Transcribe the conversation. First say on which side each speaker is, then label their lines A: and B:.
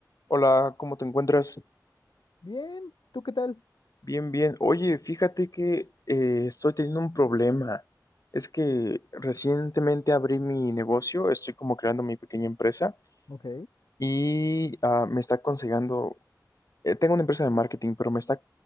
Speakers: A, on the left (about 55°); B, on the left (about 80°).
A: Hola, ¿cómo te encuentras?
B: Bien, ¿tú qué tal?
A: Bien, bien. Oye, fíjate que eh, estoy teniendo un problema. Es que recientemente abrí mi negocio, estoy como creando mi pequeña empresa
B: Ok.
A: y ah, me está consiguiendo, eh, tengo una empresa de marketing, pero me está